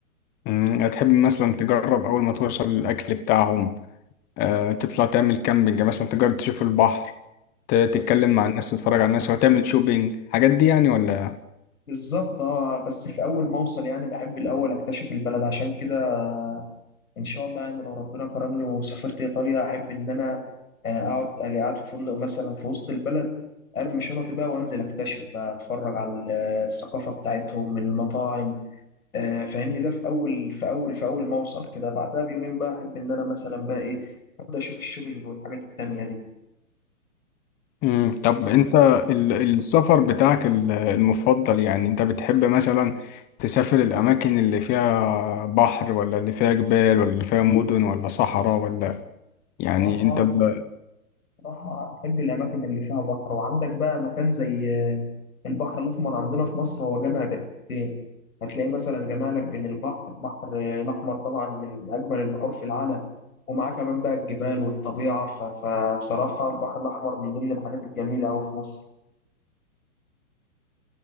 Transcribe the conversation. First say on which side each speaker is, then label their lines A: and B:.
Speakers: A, on the left; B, on the left.
A: امم، هتحب مثلا تجرب اول ما توصل الاكل بتاعهم اه تطلع تعمل كامبينج مثلا تجرب تشوف البحر ت- تتكلم
B: بز-
A: مع الناس تتفرج على الناس وتعمل شوبينج الحاجات دي يعني ولا
B: بالظبط اه بس في اول ما اوصل يعني بحب الاول اكتشف البلد عشان كده ان شاء الله يعني لو ربنا كرمني وسافرت ايطاليا احب ان انا آه، اقعد اجي قاعد في فندق مثلا في وسط البلد ارمي شنطي بقى وانزل اكتشف بقى اتفرج على ال- الثقافه بتاعتهم المطاعم آه، فاهمني ده في اول في اول في اول ما اوصل كده بعدها بيومين بقى احب ان انا مثلا بقى ايه ابدا اشوف الشوبينج والحاجات التانيه دي
A: امم، طب انت ال- السفر بتاعك ال- المفضل يعني انت بتحب مثلا تسافر الاماكن اللي فيها بحر ولا اللي فيها جبال ولا اللي فيها مدن ولا صحراء ولا يعني
B: صراحه
A: انت ب...
B: صراحة أحب الأماكن اللي فيها بحر وعندك بقى مكان زي آه، البحر الأحمر عندنا في مصر هو جامع بين حاجتين هتلاقي مثلا جامع لك بين البحر البحر آه، الأحمر طبعا من أجمل البحور في العالم ومعاه كمان بقى الجبال والطبيعة ف- فبصراحة البحر الأحمر من ضمن الحاجات الجميلة أوي في مصر